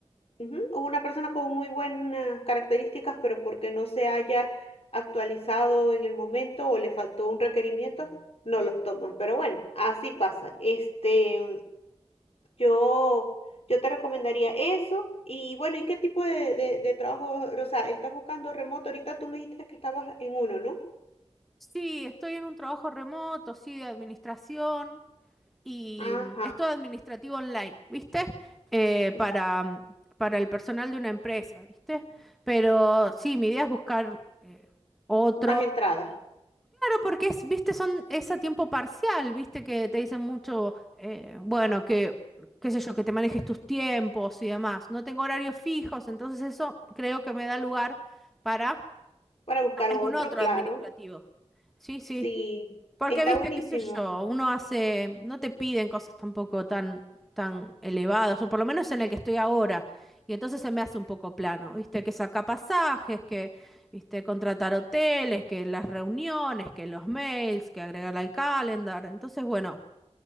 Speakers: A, on the left; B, in the centre.
A: ujú, o una persona con muy buenas características, pero porque no se haya actualizado en el momento o le faltó un requerimiento, no los toman. Pero bueno, así pasa. Este, yo, yo te recomendaría eso. Y bueno, ¿y qué tipo de, de, de trabajo, o sea, estás buscando remoto? Ahorita tú me dijiste que estabas en uno, ¿no?
B: Sí, estoy en un trabajo remoto, sí, de administración y
A: Ajá,
B: mm, es todo administrativo online, ¿viste? Eh,
A: ya.
B: para, mm, para el personal de una empresa, ¿viste? Pero sí, mi idea es buscar eh, otro
A: Más entradas
B: porque es, viste, son, es a tiempo parcial, viste, que te dicen mucho, eh, bueno, que, qué sé yo, que te manejes tus tiempos y demás. No tengo horarios fijos, entonces eso creo que me da lugar para
A: para buscar
B: algún
A: otro,
B: otro
A: claro.
B: administrativo. Sí, sí.
A: Sí,
B: Porque,
A: está
B: viste,
A: buenísimo.
B: qué sé yo, uno hace, no te piden cosas tampoco tan, tan elevadas, o por lo menos en el que estoy ahora. Y entonces se me hace un poco plano, viste, que saca pasajes, que, viste, contratar hoteles, que las reuniones, que los mails, que agregar al calendar. Entonces, bueno.